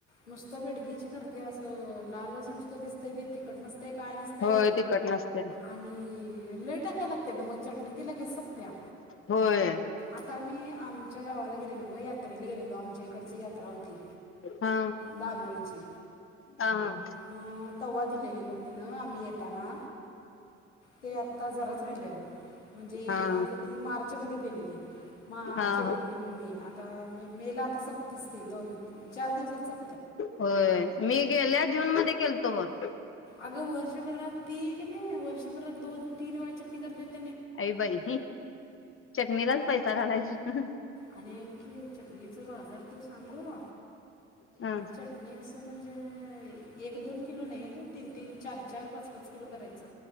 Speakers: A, on the left; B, on the left.
A: नुसतं बेडगीची करत्या असं लालच नुसत दिसतय ते तिखट नसतय काय नसतय
B: होय तिखट नसते
A: आणि लै टाकाय लागतय ग म चटणी ते लगेच स त्या
B: होय
A: आतामी आ आमच्या गावाला गेलोलो ग यात्रेला गेलेलो आमच्या इकडची यात्रा होती
B: हा
A: दानोळीची
B: हा.
A: मग तवा दिलेली बघ. पिन <unintelligible> आ्ही येतना ते आता जराच राहिले बघ म्हणजे
B: हा
A: कधी मार्चमध्ये दिलेली मार्च
B: हा हा
A: एप्रिल मे आ मे ला आता सपतीस की दोन चार दिवसात सप
B: होय मी गेल्या जून मध्ये केल <unintelligible>
A: अगं वर्षभरात ती कि नय वर्षभरात दोन तीन वेळाचे करत्याती.
B: काय बाई चटणीला, पैसा काढायचा.
A: आणि ऐक की चटणीचा बाजार तू सांगू
B: ह
A: चटणी असं म्हणजे जे एक-दोन किलो नाही. तीन तीन, चार चार, पाच पाच, किलो करायचं.